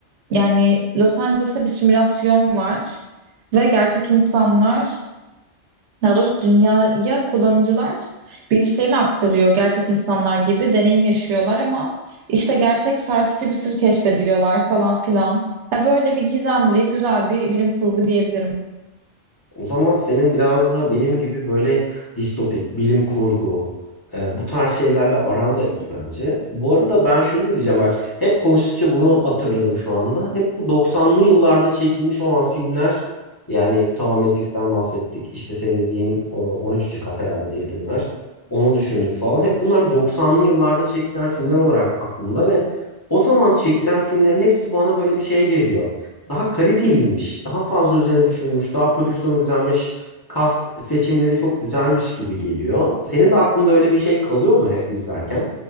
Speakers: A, on the right (about 80°); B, on the left (about 20°).
A: yani Los Angeles'ta bir simülasyon var ve gerçek insanlar daha doğrusu dünyaya kullanıcılar bilinçlerini aktarıyor gerçek insanlar gibi deneyim yaşıyorlar ama işte gerçek sarsıcı bir sır keşfediyorlar falan filan. Ya böyle bir gizemli güzel bir bilim kurgu diyebilirim.
B: O zaman senin biraz da benim gibi böyle distopik, bilim kurgu, e, bu tarz şeylerle aran da iyi bence. Bu arada ben şunu da diyeceğim bak hep konuştukça bunu hatırladım şu anda. Hep bu 90'lı yıllarda çekilmiş olan filmler yani tamam Matrix'ten bahsettik. İşte senin dediğin o 13. kat herhalde diye dediler, Onu düşündük falan. Hep bunlar bir 90'lı yıllarda çekilen filmler olarak aklımda ve o zaman çekilen filmlerin hepsi bana böyle bir şey veriyor daha kaliteliymiş, daha fazla üzerine düşünülmüş, daha prodüksiyonu güzelmiş, cast seçimleri çok güzelmiş gibi geliyor. Senin de aklında öyle bir şey kalıyor mu hep izlerken?